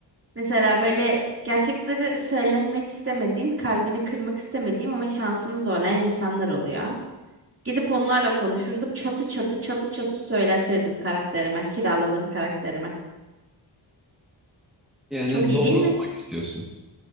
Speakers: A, on the right; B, in the centre.
A: Mesela böyle gerçekleri söylemek istemediğim, kalbini kırmak istemediğim ama şansını zorlayan insanlar oluyor. Gidip onlarla konuşurdum. Çatır çatır çatır çatır söyletirdim karakterime, kiraladığım karakterime.
B: Yani
A: Çok iyi
B: dobra
A: değil mi?
B: olmak istiyorsun.